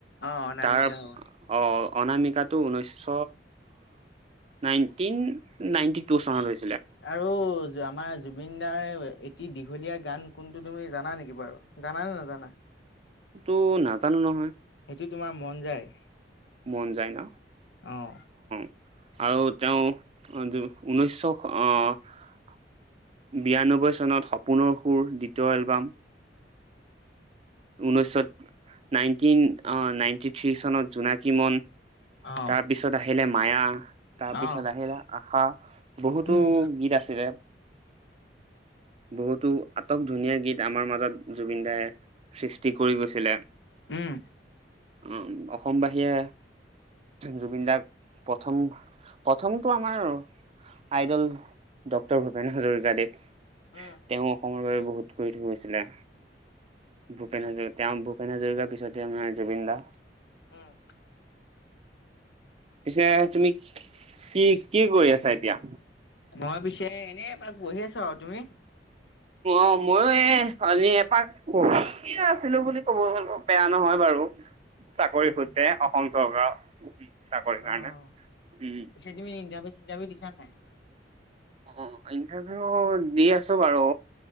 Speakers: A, on the left; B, on the right.
A: অ অনামিকা
B: তাৰ
A: হ'ব
B: অ'। অনামিকাটো ঊনৈছশ নাইনটিন নাইণ্টি টু চনলৈ হৈছে।
A: আৰু আমাৰ। জুবিন দাৰ এটি দীঘলীয়া গান কোনটো তুমি জানা নেকি বাৰু জানানে নাজানা।
B: টো নাজানো নহয়।
A: সেইটো তোমাৰ মন যায়।
B: মন যায় ন।
A: অ'।
B: আৰু তেওঁ উন্যসো আহ বিৰান্নবৈ চনত সপোনৰ সুৰ দ্বিতীয় এলবাম ঊনৈছশ নাইনটিন নাইনটি থ্ৰী চনত জোনাকী মন।
A: অ',
B: তাৰপিছত আহিলে মায়া তাৰপিছত
A: অ',
B: আহিলে আশা বহুতো
A: উম,
B: গীত আছিলে। বহুতো, আটক ধুনীয়া গীত আমাৰ মাজত জুবিন দাই সৃষ্টি কৰি গৈছিলে।
A: উম,
B: উ অসমবাসীয়ে, জুবিন দাক প্ৰথম প্ৰথমটো আমাৰ আইদল ড্টৰ ভূপেন হাজৰিকাদেৱ তেওঁ
A: উম,
B: অসমৰ বাবে বহুত কৰি থৈ গৈছিলে। ভূপেন হাজৰিকা, তেওঁ ভূপেন হাজৰিকাৰ পিছতে আমাৰ জুবিন দা।
A: উম।
B: পিছে তুমি কি কি কৰি আছা এতিয়া?
A: মই পিছে এনেই পঢ়ি আছো আৰু, তুমি?
B: অ', ময়ো এই আজি এপাক পঢ়িয়ে আছিলো বুলি ক'ব বেয়া নহয় বাৰু। চাকৰি
A: উম,
B: সূত্ৰে অসম চৰকাৰৰ। চাকৰিৰ কাৰণে
A: অ',
B: উম
A: পিছে তুমি ইণ্টাৰভিউ চিটাৰভিউ দিছা নাই?
B: অ', ইণ্টাৰভিউ দি আছো বাৰু